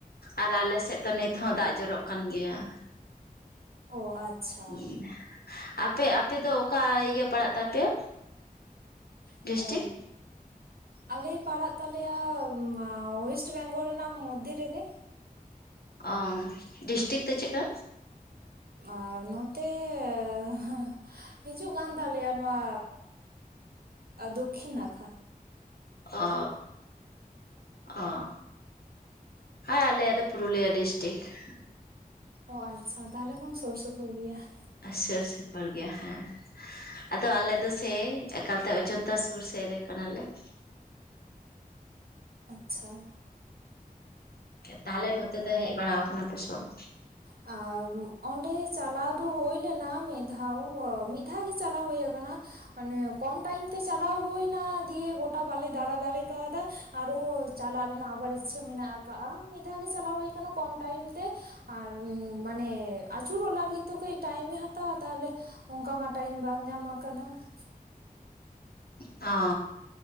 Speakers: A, on the left; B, on the right.
A: ᱟᱨ ᱟᱞᱮ ᱥᱮᱫ ᱛᱚ ᱱᱤᱛ ᱦᱚᱸ ᱫᱟᱜ ᱡᱚᱨᱚᱜ ᱠᱟᱱ ᱜᱮᱭᱟ ᱾
B: ᱚ ᱟᱪᱪᱷᱟ
A: <unintelligible> ᱟᱯᱮ ᱟᱯᱮ ᱫᱚ ᱚᱠᱟ ᱤᱭᱟᱹ ᱯᱟᱲᱟᱜ ᱛᱟᱯᱮᱭᱟ?
B: ᱟᱹ
A: ᱰᱤᱥᱴᱤᱠ
B: ᱟᱞᱮ ᱯᱟᱲᱟᱜ ᱛᱟᱞᱮᱭᱟ ᱳᱭᱮᱥᱴ ᱵᱮᱝᱜᱚᱞ ᱨᱮᱱᱟᱜ ᱢᱚᱫᱽᱫᱷᱮ ᱨᱮᱜᱮ ᱾
A: ᱚ ᱰᱤᱥᱴᱤᱠ ᱫᱚ ᱪᱮᱫ ᱠᱟ?
B: ᱟᱻ ᱱᱚᱛᱮ ᱦᱟᱹᱻᱻ ᱦᱤᱡᱩᱜ ᱠᱟᱱ ᱛᱟᱞᱮᱭᱟ ᱱᱚᱣᱟ ᱫᱚᱠᱠᱷᱤᱱ ᱱᱟᱠᱷᱟ ᱾
A: ᱚᱻ ᱚ, ᱦᱮᱸ ᱟᱞᱮ ᱫᱚ ᱯᱩᱨᱩᱞᱤᱭᱟᱹ ᱰᱤᱥᱴᱤᱠ ᱾
B: ᱚ ᱟᱪᱪᱷᱟ ᱛᱟᱦᱚᱞᱮ ᱵᱚᱱ ᱥᱩᱨ ᱥᱩᱯᱩᱨ ᱜᱮᱭᱟ ᱾
A: ᱥᱩᱨ ᱥᱩᱯᱩᱨ ᱜᱮᱭᱟ ᱦᱮᱸ ᱾ ᱟᱫᱚ ᱟᱞᱮ ᱫᱚ ᱥᱮ ᱮᱠᱟᱞ ᱛᱮ ᱚᱡᱳᱫᱽᱫᱷᱟ ᱥᱩᱨ ᱥᱮᱫ ᱨᱮ ᱠᱟᱱᱟᱞᱮ ᱾
B: ᱟᱪᱪᱷᱟ
A: ᱛᱟᱦᱚᱞᱮ ᱱᱚᱛᱮ ᱫᱚ ᱦᱮᱡ ᱵᱟᱲᱟ ᱠᱟᱱᱟ ᱥᱮ ᱯᱮ ᱵᱟᱝ?
B: ᱟᱨ ᱚᱸᱰᱮ ᱪᱟᱞᱟᱣ ᱫᱚ ᱦᱩᱭ ᱞᱮᱱᱟ ᱢᱤᱫ ᱫᱷᱟᱣ ᱾ ᱢᱤᱫ ᱫᱷᱟᱣ ᱜᱮ ᱪᱟᱞᱟᱣ ᱦᱩᱭ ᱟᱠᱟᱱᱟ ᱾ ᱢᱟᱱᱮ ᱠᱚᱢ ᱴᱟᱭᱤᱢ ᱛᱮ ᱪᱟᱞᱟᱣ ᱦᱩᱭᱱᱟ ᱫᱤᱭᱮ ᱜᱚᱴᱟ ᱵᱟᱞᱮ ᱫᱟᱬᱟ ᱫᱟᱲᱮ ᱠᱟᱣᱫᱟ ᱟᱨᱚ ᱪᱟᱞᱟᱜ ᱨᱮᱱᱟᱜ ᱟᱵᱟᱨ ᱤᱪᱪᱷᱟᱹ ᱢᱮᱱᱟᱜ ᱟᱠᱟᱜᱼᱟ, ᱢᱤᱫ ᱫᱷᱟᱣ ᱜᱮ ᱪᱟᱞᱟᱣ ᱦᱩᱭ ᱠᱟᱱᱟ ᱠᱚᱢ ᱴᱟᱭᱤᱢ ᱛᱮ ᱾ ᱟᱨ ᱢᱟᱱᱮ ᱟᱹᱪᱩᱨᱚᱜ ᱞᱟᱹᱜᱤᱫ ᱛᱚ ᱠᱟᱹᱡ ᱴᱟᱭᱤᱢᱮ ᱦᱟᱛᱟᱣᱟ ᱛᱟᱦᱚᱞᱮ ᱾ ᱚᱱᱠᱟ ᱢᱟ ᱴᱟᱭᱤᱢ ᱵᱟᱝ ᱧᱟᱢ ᱟᱠᱟᱱᱟ ᱾
A: ᱚ